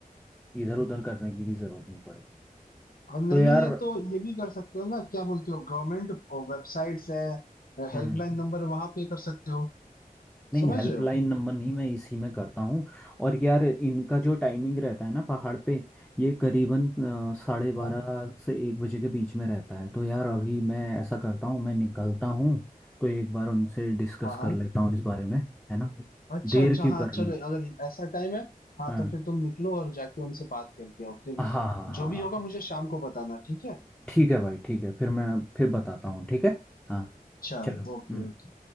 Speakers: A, in the centre; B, on the left.
A: इधर उधर करने की भी ज़रूरत नहीं पड़ेगी
B: और नहीं
A: तो यार
B: है तो ये भी कर सकते हो ना क्या बोलते हो गवर्नमेंट वेबसाइट्स है हेल्पलाइन
A: हम्म
B: नंबर वहां पे कर सकते हो
A: नहीं
B: समझ
A: हेल्पलाइन
B: रहे हो
A: नंबर नहीं मैं इसी में करता हूँ और यार इनका जो टाइमिंग रहता है ना पहाड़ पे ये करीबन अ, साढ़े बारह
B: हाँ
A: से एक बजे के बीच में रहता है तो यार अभी मैं ऐसा करता हूँ मैं निकलता हूँ तो एक बार उनसे डिस्कस
B: हाँ हाँ
A: कर लेता हूँ इस बारे में है ना
B: अच्छा
A: देर
B: अच्छा
A: क्यों
B: हाँ
A: करनी
B: चलो
A: है
B: अगर ऐसा टाइम है हाँ
A: हाँ
B: तो फिर तुम निकलो और जाके उनसे बात करके आओ फिर
A: हाँ हाँ हाँ
B: जो भी
A: हाँ।
B: होगा मुझे शाम को बताना ठीक है
A: ठीक है भाई ठीक है फिर मैं फिर बताता हूँ ठीक है हाँ
B: चलो
A: चलो हम्म
B: ओके ओके